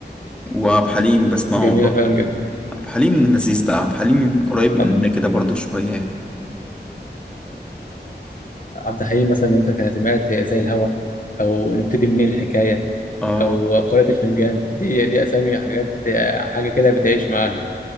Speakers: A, in the centre; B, on the left.
A: وعبد الحليم بسمعه
B: جميلة
A: برضه
B: فعلا جدا
A: عبد الحليم لذيذ بقى عبد الحليم قريب مننا
B: عبد
A: كده برضه شوية
B: عبد الحليم مثلا لو انت كان سمعت زي الهوا او نبتدي منين الحكاية
A: اه
B: او قارئة الفنجان دي دي اسامي حاجات حاجة كده بتعيش معاها